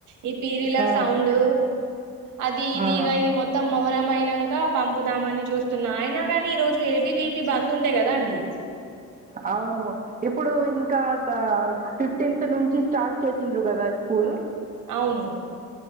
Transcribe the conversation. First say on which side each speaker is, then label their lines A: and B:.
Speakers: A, on the right; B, on the right.
A: ఈ పీరిలా
B: ఆ
A: సౌండ్ అది ఇది
B: ఆ
A: ఈగ ఇవి మొత్తం మొహరంమైననాక పంపుదామని చూస్తున్నా అయినా కానీ ఈరోజు ఏబీవిపి బంద్ ఉండే కదా అండి
B: అవును ఇప్పుడు ఇంకా ఫిఫ్టీన్త్ నుంచి స్టార్ట్ చేసిండ్రు కదా స్కూల్
A: అవును